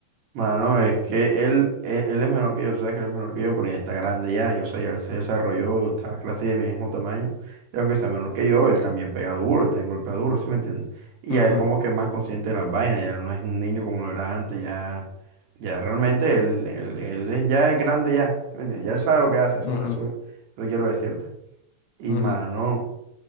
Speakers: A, on the right; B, on the left.
A: mano, es que él, él, él es menor que yo, tú sabes que él es menor que yo, pero ya está grande ya, yo sé, ya él se desarrolló, está casi de mi mismo tamaño, y aunque sea menor que yo, él también pega duro, él también golpea duro, ¿sí me entiendes? Y
B: Ujú,
A: ya él como que es más consciente de las vainas, ya no es un niño como lo era antes, ya, ya realmente él, él, él es- ya es grande ya, ¿sí me entiendes? Ya él sabe lo que hace, eso,
B: ujú,
A: eso, eso quiero decirte. Y,
B: ujú.
A: mano...